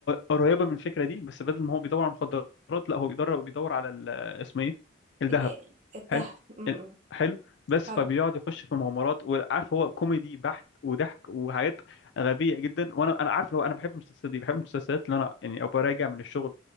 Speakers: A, on the left; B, on the right.
A: قريبه من الفكره دي بس بدل ما هو بيدور على المخدرات لا هو بيدور بيدور على ال- اسمه ايه الذهب
B: ال- الدهب
A: حلو
B: امم
A: ال-
B: إمم،
A: حلو بس
B: حلو
A: فبيقعد يخش في مغامرات وعارف هو كوميدي بحت وضحك وحاجات غبيه جدا وانا انا عارف لو انا بحب المسلسلات دي بحب المسلسلات اللي انا يعني ابقى راجع من الشغل